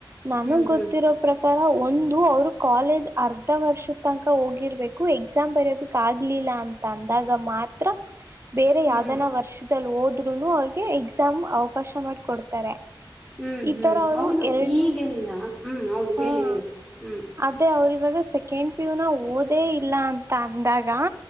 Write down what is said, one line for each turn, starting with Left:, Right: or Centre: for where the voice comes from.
Right: ನನಗ್,
Centre: ಹ್ಞೂ ಹ್ಞೂ
Right: ಗೊತ್ತಿರೋ! ಪ್ರಕಾರ, ಒಂದು ಅವರು ಕಾಲೇಜ್. <inaudible> ಅರ್ಧ, ವರ್ಷ, ತನಕ, ಹೋಗಿರ್ಬೇಕು, ಎಕ್ಸಾಮ್ ಬರೆಯೋದಕ್, ಆಗ್ಲಿಲ್ಲ, ಅ. <inaudible> ಅಂತ, ಅಂದಾಗ ಮಾತ್ರ, ಬೇರೆ ಯಾವ್ದನ
Centre: ಹ್ಞೂ
Right: ವರ್ಷದಲ್ಲಿ, ಹೋದ್ರುನು, ಅವ. <inaudible> ಹೇ, ಎಕ್ಸಾಮ್, ಅವಕಾಶ, ಮಾಡಕೊಡ್ತಾರೆ. <inaudible>
Centre: ಹ್ಮ್,
Right: ಈ
Centre: ಹ್ಮ್,
Right: ತರ ಅವರು
Centre: ಹೌದು!
Right: ಎರಡ್
Centre: ಈಗೆಲ್ಲ, ಹ್ಮ್, ಹೌದು,
Right: ಹ
Centre: ಹೇಳು ಹೇಳು, ಹ್ಮ್. <inaudible>
Right: ಅದೇ ಅವ್ರ ಇವಾಗ ಸೆಕೆಂಡ್, ಪಿಯುನ, ಓದೇ ಇಲ್ಲ, ಅಂತ ಅಂದಾಗ,